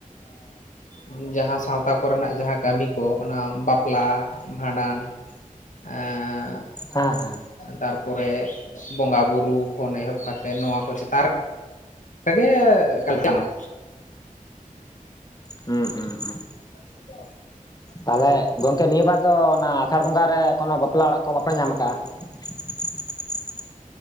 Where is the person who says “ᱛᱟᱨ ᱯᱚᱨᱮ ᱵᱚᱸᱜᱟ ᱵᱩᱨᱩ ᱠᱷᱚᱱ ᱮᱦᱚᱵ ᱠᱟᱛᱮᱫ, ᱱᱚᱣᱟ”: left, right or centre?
Left